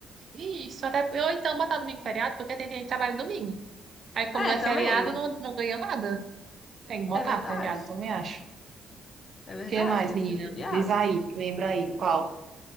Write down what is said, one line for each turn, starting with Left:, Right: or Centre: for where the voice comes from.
Right: Isso, até. Ou então botar domingo feriado, porque tem gente que trabalha domingo. Aí, como
Left: É,
Right: não é
Left: também.
Right: feriado, não, não ganha nada. Tem que botar
Left: É verdade.
Right: feriado, também acho.
Left: É verdade,
Right: O que mais,
Left: tem
Right: menina?
Left: que ser feriado.
Right: Diz aí, lembra aí qual?